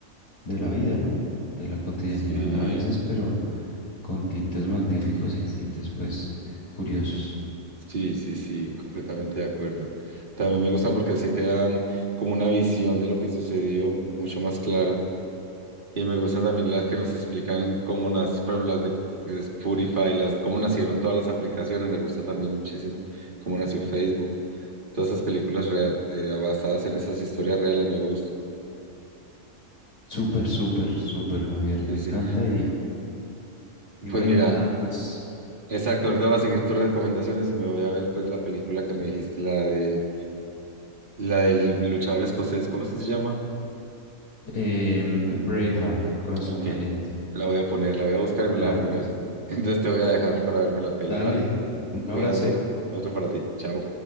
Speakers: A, on the left; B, on the right.
A: de la vida, ¿no? De la cotidianidad
B: Sí.
A: a veces, pero con tintes magníficos y tintes pues curiosos.
B: Sí, sí, sí, completamente de acuerdo. También me gustan porque así te dan como una visión de lo que sucedió mucho más clara. Y me gustan también las que nos explican cómo nació, por ejemplo, las de de Spotify, las, cómo nacieron todas las aplicaciones. Me gusta también muchísimo cómo nació Facebook. Todas esas películas rea- eh, basadas en esas historias reales me gusta.
A: Súper, súper, súper, Javier,
B: Sí,
A: me encanta
B: sí.
A: y, y
B: Pues
A: bueno,
B: mira,
A: nada, pues
B: exacto, ahorita voy a seguir tus recomendaciones y me voy a ver pues la película que me dijiste, la de la del luchador escocés. ¿Cómo es que se llama?
A: em, Braveheart, corazón
B: Ok,
A: valiente.
B: la voy a poner, la voy a buscar y me
A: Claro
B: la voy a poner.
A: que sí.
B: <laughs> Entonces te voy a dejar para verme la peli,
A: Dale,
B: ¿vale?
A: un
B: Cuídate.
A: abrazo.
B: Otro para ti. Chao.